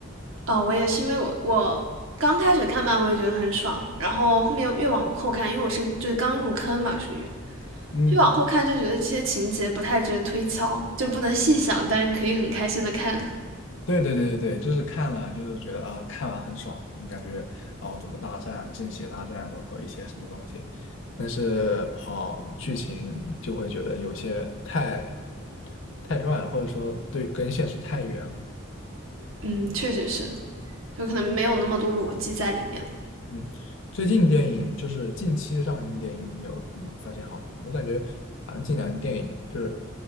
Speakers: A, on the right; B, on the left.
A: 哦，我也是因为我我刚开始看漫威觉得很爽，然后后面越往后看，因为我是就是刚入坑嘛，属于，
B: 嗯，
A: 越往后看就觉得这些情节不太值得推敲，就不能细想，但是可以很开心的看。
B: 对对对对对，就是看了，就是觉得啊，看完很爽，感觉啊怎么大战、正邪大战，包括一些什么东西，但是哦，剧情就会觉得有些太太乱了，或者说对跟现实太远了。
A: 嗯，确实是，有可能没有那么多逻辑在里面。
B: 嗯，最近电影就是近期上映电影，你有什么发现好的吗？我感觉好像近两年电影就是